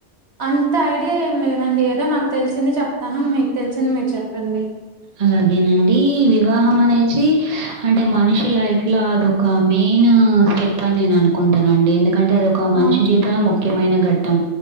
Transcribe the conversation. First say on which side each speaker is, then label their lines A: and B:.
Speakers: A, on the right; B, on the right.
A: అంత ఐడియా ఏం లేదండి ఏదో నాకు తెలిసింది చెప్తాను మీకు తెలిసింది మీరు చెప్పండి
B: అలాగేనండి వివాహం అనేసి అంటే మనిషి లైఫ్ లో అదొక మెయిన్ ఆ స్టెప్ అని నేను అనుకుంటాను అండి ఎందుకంటే అది ఒక మనిషి
A: ఆ
B: జీవితంలో ముఖ్యమైన ఘట్ట ట్టం